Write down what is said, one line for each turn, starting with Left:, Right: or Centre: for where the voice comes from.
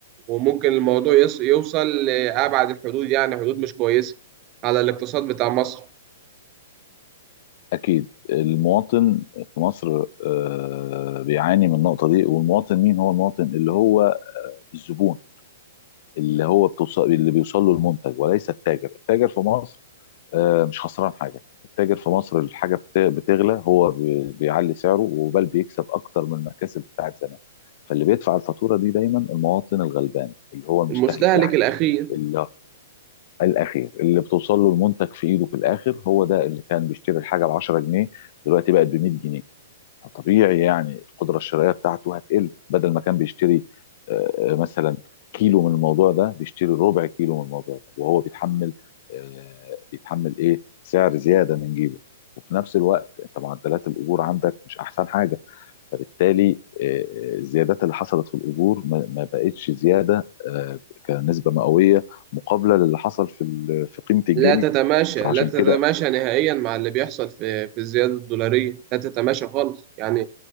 Right: وممكن الموضوع يص- يوصل لأبعد الحدود يعني حدود مش كويسة على الاقتصاد بتاع مصر
Left: أكيد المواطن في مصر آه، بيعاني من النقطة دي والمواطن مين هو المواطن اللي هو الزبون اللي هو بتوصل اللي بيوصل له المنتج وليس التاجر التاجر في مصر آه، مش خسران حاجة التاجر في مصر الحاجة بت- بتغلى هو بي- بيعلي سعره وبل بيكسب أكتر من المكاسب بتاعت زمان فاللي بيدفع الفاتورة دي دايما المواطن الغلبان اللي هو المستهلك
Right: المستهلك
Left: العادي
Right: الأخير
Left: اللي الأخير اللي بتوصل له المنتج في إيده في الآخر هو ده اللي كان بيشتري الحاجة ب 10 جنيه دلوقتي بقت ب 100 جنيه طبيعي يعني القدره الشرائيه بتاعته هتقل بدل ما كان بيشتري آه، آه، مثلا كيلو من الموضوع ده بيشتري ربع كيلو من الموضوع ده وهو بيتحمل آه، بيتحمل ايه سعر زياده من جيبه وفي نفس الوقت انت معدلات الاجور عندك مش احسن حاجه فبالتالي آه، آه، الزيادات اللي حصلت في الاجور ما ما بقتش زياده آه، كنسبه مئويه مقابله للي حصل في ال- في قيمه الجنيه
Right: لا تتماشى
Left: فعشان
Right: لا تتماشى
Left: كده
Right: نهائيا مع اللي بيحصل في في الزيادة الدولارية لا تتماشى خالص يعني